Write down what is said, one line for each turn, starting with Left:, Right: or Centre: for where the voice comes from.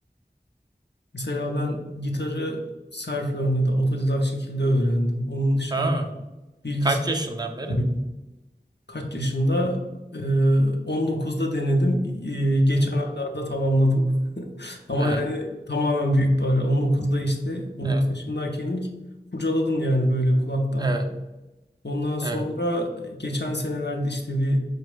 Left: Mesela ben gitarı self-learn ya da otodidak şekilde öğrendim. Onun dışında
Right: Ha,
Left: bilgisayar
Right: kaç yaşından beri?
Left: böyle. Kaç yaşında? Ee, 19'da denedim. Ee, geçen
Right: Evet.
Left: aylarda tamamladım. <laughs> Ama
Right: Evet.
Left: yani tamamen büyük bir ara. 19'da işte 19
Right: Evet.
Left: yaşındayken ilk kurcaladım yani böyle kulaktan.
Right: Evet.
Left: Ondan sonra
Right: evet.
Left: geçen senelerde işte bir